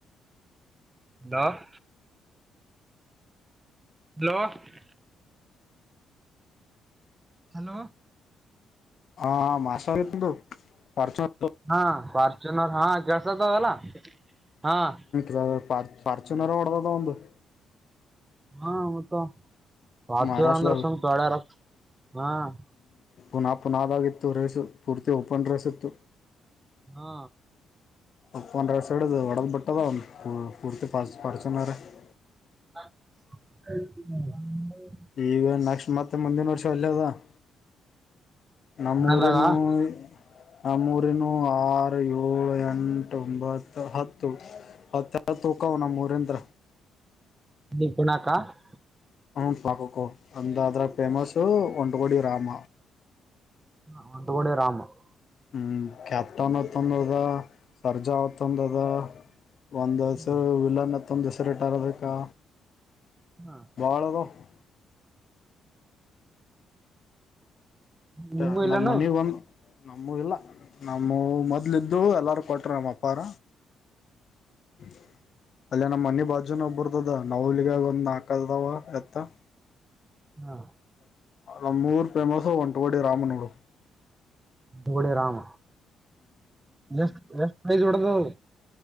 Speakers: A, on the right (about 20°); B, on the left (about 55°).
A: Low <inaudible> hello? <inaudible> ಹಲೋ?
B: ಹಾ ಹ ಮಾಸ ನಿತಂತು ಪರಚೊರ <inaudible>
A: ಹಾ ಫಾರ್ಚುನರ್ ಹಾ ಕೆಲಸತ್ತದ ಅಲ್ಲ ಹಾ <inaudible>
B: ಲೋ ಪಾ ಪಾರ್ಚುನರ ಒಡದದ ಒಂದು <inaudible>
A: ಹಾ ಮತ್ತ ಪಾರ್ಚುನರ
B: ಮಹಾರಾಷ್ಟ್ರದಾಗ
A: ಅಂದ್ರ ಸುಮ್ಮ ತೋಳಾರ ಅಂತ ಹಾ <inaudible>
B: ಪುನಾ ಪುನಾ ದಾಗಿತ್ತು ರೇಸು ಪೂರ್ತಿ ಓಪನ್ ರೇಸ್ ಇತ್ತು.
A: ಹಾ
B: <inaudible> ಓಪನ್ ರೇಸ್ ಸೈಡ್ ಹೊಡದ್ ಬಿಟ್ಟದ ಹ ಫುಡ್ ಪರ್ಚ್ ಪರ್ಚ್ನರ್. <inaudible>
A: <inaudible> <unintelligible>
B: ಈಗ ನೆಕ್ಸ್ಟ್ ಮತ್ತ ಮುಂದಿನ ವರ್ಷ ಅಲ್ಲೇ ಅದ. <inaudible> ನಮ್ಮ
A: ಮದಾಗ
B: ಊರಿನವು <inaudible> ಆ ನಮ್ಮ ಊರಿನವು ಆರು, ಏಳು, ಎಂಟೊಂಬತ್ತು ಹತ್ತು, ಹತ್ತು ಹತ್ತು ಒಕ್ಕಾವನಮ್ಮ ಊರಿಂದ.
A: ನಿಪುಣಕಾ <unintelligible>
B: ಹ್ಮ್, ಪಾಕಕ್ಕ <unintelligible> ಒಂದ್ ಅದ್ರಗ ಫೇಮಸ್ ಒಂಟಗೋಡಿ <unintelligible> ರಾಮ
A: ಹ ಒಂದುಗಣ ರಾಮ <unintelligible>
B: ಹ್ಮ್, ಕ್ಯಾಪ್ಟನ್ತ್ಂದದ ಸರ್ಜಾ ತಂದದ ಒಂದುಸಲ
A: ಹ
B: ವಿಲನ್ತ್ತೊಂದು <unintelligible> ದಸ ರೇಟ್ ಆರಬೇಕಾ
A: ಹಾ. <inaudible>
B: ಬಾಳದು. <inaudible> <unintelligible>
A: ನಿಮ್ಮೂ
B: ಮ
A: ಇಲ್ಲೇನು
B: ನಾವ್ ಮನಗ ಒಂದು <unintelligible> ನಮ್ಮೂವು ಇಲ್ಲ ನಮ್ಮೂ ಮೊದಲಿದ್ದು ಎಲ್ಲರೂ ಕೊಟ್ಟಾರನಮ್ಮ ಅಪ್ಪಾರ. <inaudible> ಅಲ್ಲ ನಮ್ಮ್ ಮನಿ ಬಾಜುನ ಒಬ್ಬರ್ದದ ನೈವಲಿದಾಗ ಒಂದ್ ಹಾಕದವ ಎತ್ತ
A: ಹಾ,
B: ನಮ್ಮ್ಊರು ಫೇಮಸ್ ಒಂಟಗುಡಿ ರಾಮನೂಡು
A: ಡಿ ರಾಮ ಎಷ್ಟ ಎಷ್ಟಡದು <unintelligible>